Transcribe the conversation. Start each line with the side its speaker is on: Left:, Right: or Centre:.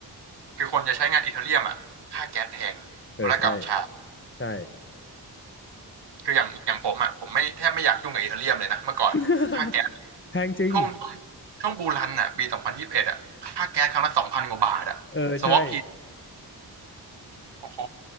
Right: คือคนจะใช้งานอีเธอเรียมอ่ะค่าแก๊สแพงธุรกรรมช้า
Left: เออใช่ใช่
Right: คืออย่างอย่างผมอ่ะผมไม่แทบไม่อยากยุ่งกับอีเธอเรียมเลยนะเมื่อก่อนค่าแก๊ส
Left: <laughs> แพงจริง
Right: ช่วงช่วงบูรันอ่ะปีสองพันยี่สิบเอ็ดอ่ะค่าแก๊สครั้งละสองพันกว่าบาทอ่ะสวอปที
Left: เออใช่
Right: โอ้โห